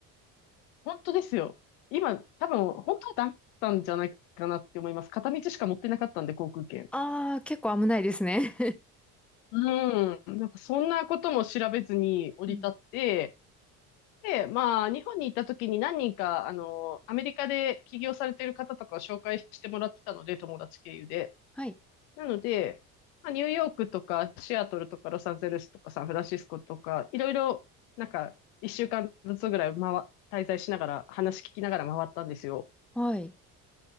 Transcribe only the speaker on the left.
<laughs> 本当ですよ。今、多分、本当はだったんじゃないかなって思います。片道しか持ってなかったんで、航空券。
うん。なんか、そんなことも調べずに降り立って、
で、まあ、日本に行った時に何人か、あの、アメリカで起業されている方とかを紹介してもらってたので、友達経由で。
なので、まあ、ニューヨークとか、シアトルとか、ロサンゼルスとか、サンフランシスコとか、いろいろ、なんか、一週間ずつぐらい回、滞在しながら、話聞きながら回ったんですよ。